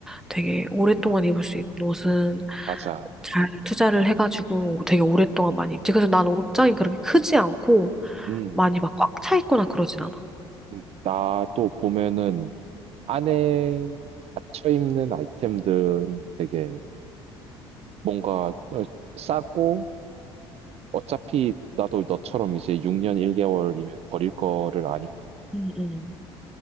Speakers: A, in the centre; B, on the right.
A: 되게 오랫동안
B: 맞,
A: 입을 수 있는 옷은
B: 맞아.
A: 잘 투자를 해가지고
B: 음,
A: 되게 오랫동안
B: 음,
A: 많이 입지. 그래서 나는 옷장이 그렇게 크지 않고
B: 음,
A: 많이 막 꽉 차 있거나 그러진 않아.
B: 음. 나도 보면은 안에 닫혀 입는 아이템들은 되게 뭔가 어, 싸고 어차피 나도 너처럼 이제 6년 1개월이면 버릴 거를 아니까.
A: 음, 음,